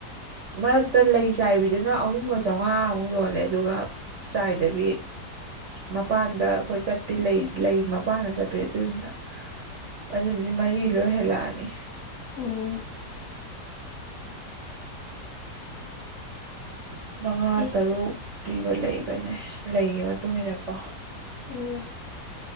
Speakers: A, on the right; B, on the left.
A: ꯃꯔꯛꯇ ꯂꯩ ꯆꯥꯏꯕꯤꯗꯨꯅ ꯑꯍꯨꯝꯒ ꯆꯥꯝꯉꯥꯃꯨꯛ ꯌꯣꯜꯂꯦ ꯑꯗꯨꯒ ꯆꯥꯏꯗꯕꯤ ꯃꯄꯥꯟꯗ ꯑꯩꯈꯣꯏ ꯆꯠꯄꯤ ꯂꯩ ꯂꯩ ꯃꯄꯥꯟꯗ ꯆꯠꯄꯤ ꯑꯗꯨꯗꯨꯅ ꯑꯗꯨꯗꯨꯗꯤ ꯃꯔꯤ ꯂꯣꯏ ꯍꯦꯜꯂꯛꯑꯅꯤ
B: ꯎꯝ
A: ꯃꯉꯥ
B: ꯑꯩꯁ
A: ꯇꯔꯨꯛ ꯄꯤꯕ ꯂꯩꯕꯅꯦ ꯂꯩꯒꯤ ꯃꯇꯨꯡ ꯏꯟꯅꯀꯣ
B: ꯎꯝ